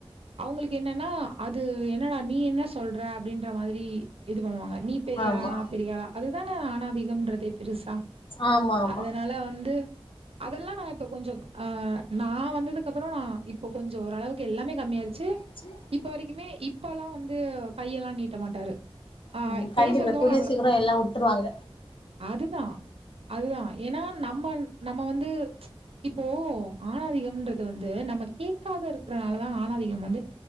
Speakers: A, on the right; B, on the left.
A: அவுங்களுக்கு என்னன்னா அது என்னடா நீ என்ன சொல்ற அப்டின்ற மாதிரி இது பண்ணுவாங்க நீ பெரியாளா
B: ஆமா
A: நா பெரியாளா அதுதான ஆணாதிகம்றதே பெருசா
B: ஆமா ஆமா
A: அதுனால த வந்து அதெல்லா நா இப்ப கொஞ்சொ ஆ நா வந்ததுக்கு அப்பறொ நா இப்ப கொஞ்சொ ஓரளவுக்கு எல்லாமே கம்மியாடுச்சு
B: <unintelligible>
A: இப்போ வரைக்குமே இப்பல்லா வந்து கை எல்லா நீட்ட மாட்டாரு அ
B: ம் கண்டிப்பா
A: பேசுறதோட
B: கூடிய சீக்கரொ எல்லா வுட்ருவாங்க
A: அதுதா அதுதா ஏன்னா நம்ம நம்ம வந்து இப்போ ஆணாதிகம்றது வந்து நம்ம கேக்காதுருக்றனால தா ஆணாதிகம் வந்து